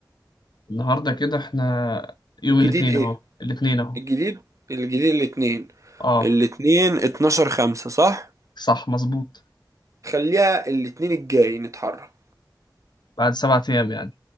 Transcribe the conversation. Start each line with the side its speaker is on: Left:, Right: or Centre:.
Left: النهارده كده احنا يوم
Right: الجديد
Left: الاثنين
Right: ايه
Left: اهو الاثنين اهو
Right: الجديد الجديد الاتنين
Left: اه
Right: الاتنين 12 5 صح
Left: صح مظبوط
Right: خليها الاتنين الجاي نتحرك
Left: بعد سبعة ايام يعني